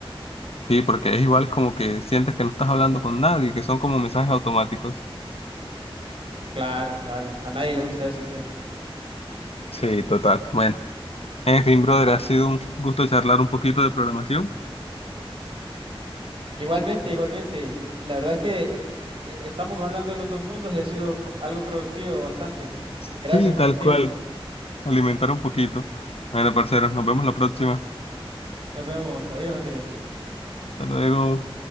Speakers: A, on the left (about 80°); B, on the right (about 60°).
A: Sí, porque es igual como que sientes que no estás hablando con nadie, que son como mensajes automáticos.
B: Claro, claro. A nadie le gusta eso, creo.
A: Sí, total. Bueno, en fin, brother, ha sido un gusto charlar un poquito de programación.
B: Igualmente, igualmente. La, la verdad es que eh, estamos hablando de los dos mundos y ha sido algo productivo bastante.
A: Sí,
B: Gracias
A: tal
B: por el tiempo.
A: cual, alimentar un poquito. Bueno, parceros, nos vemos la próxima.
B: Nos vemos. Adiós, Andrés.
A: Hasta luego.